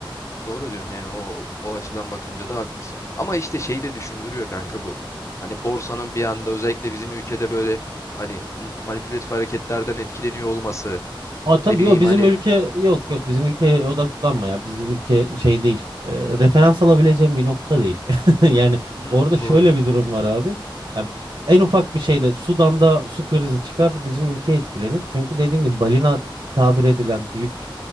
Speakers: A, on the left; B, on the right.
A: Doğru diyorsun yani o o açıdan bakınca da haklısın. Ama işte şey de düşündürüyor kanka bu. Hani borsanın bir anda özellikle bizim ülkede böyle hani m- manipülatif hareketlerden etkileniyor olması.
B: Aa, tabii
A: Ne bileyim
B: yok bizim
A: hani
B: ülke yok yok bizim ülkeye odaklanma ya bizim ülke şey değil Ee, referans alabileceğim bir nokta değil <laughs> yani
A: Hı hı,
B: orada
A: doğru.
B: şöyle bir durum var abi ya, en ufak bir şeyde Sudan'da su krizi çıkar bizim ülke etkilenir çünkü dediğin gibi balina tabir edilen büyük